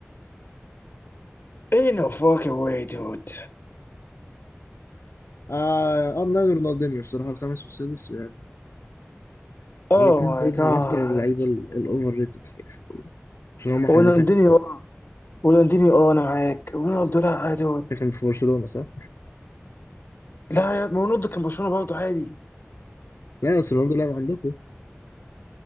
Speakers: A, on the left; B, on the left.
A: In a fucking way, dude.
B: ار 9 ورونالدينيو الصراحة الخامس والسادس يعني
A: Oh
B: الاتنين
A: my
B: دول
A: god.
B: من أكتر اللعيبة ال- الأوفر ريتد في التاريخ عشان هم حريفات
A: ورونالدينيو ورونالدينيو اه انا معاك رونالدو لا يا دود
B: فاكر مش في برشلونة صح؟
A: لا يا ما رونالدو كان برشلونة برضه عادي
B: لا بس رونالدو لعب عندكم